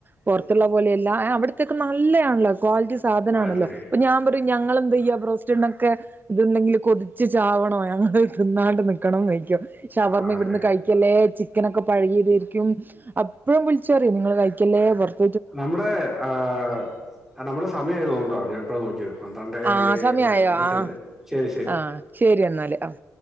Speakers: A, on the right (about 25°); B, in the centre.
A: പൊ റത്തുള്ള പോലെയല്ല അവിടത്തേക്കെ നല്ലയാ ണല്ലോ ക്വാളിറ്റി സാധനമാണല്ലോ
B: അത് ശരി
A: പ്പൊ ഞാൻ ഞാമ്പ റയും ഞങ്ങളെന്തെ യ ബ്രോസ്റ്റണൊക്കെ ഇതണ്ടേങ്കിൽ കൊതിച്ച് ചാവണോ ഞങ്ങ രുന്നാണ്ട് നിക്കണംന്ന് കഴിക്കും ഷ
B: ആ
A: വർമ്മ
B: അത്
A: ഇവിടുന്ന്
B: ശരി
A: കഴിക്കല്ലേ ചിക്കനൊക്കെ പഴകിയ അപ്പഴും വിളിച്ചറിയും നിങ്ങൾ കഴിക്കല്ലേപൊ റ
B: നമ്മുടെ ആഹ് നമ്മുടെ സമയം ആയൊന്ന് തോന്നണു ഞാൻ ഇപ്പൊഴാ നോക്കിയത് പന്ത്രണ്ടേ
A: ആ സമയായോ
B: ഇരുപത്തഞ്ച്
A: ആ
B: ശരി ശരി
A: ആ ശരി എന്നാല് ആഹ്